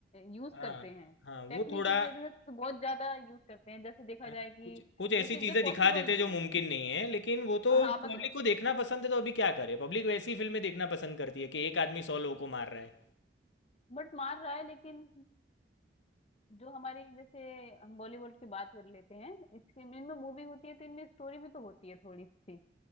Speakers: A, on the left; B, on the left.
A: यूज
B: हाँ
A: करते हैं
B: हाँ वो
A: टेक्निक
B: थोड़ा
A: की कैसे तो बहुत ज्यादा यूज करते हैं जैसे देखा
B: हाँ,
A: जाए कि
B: कुछ कुछ
A: जो
B: ऐसी
A: चीजें
B: चीज़ें
A: पॉसिबल
B: दिखा देते
A: नहीं
B: जो मुमकिन
A: है
B: नहीं है लेकिन वो तो
A: हाँ मतलब
B: पब्लिक को देखना पसंद है तो अभी क्या करे पब्लिक वैसी फिल्में देखना पसंद करती है कि एक आदमी सौ लोगों को मार रहा है
A: बट मार रहा है लेकिन जो हमारी जैसे हम बॉलीवुड की बात कर लेते हैं इसके इनमें मूवी होती है तो इनमें स्टोरी भी तो होती है थोड़ी सी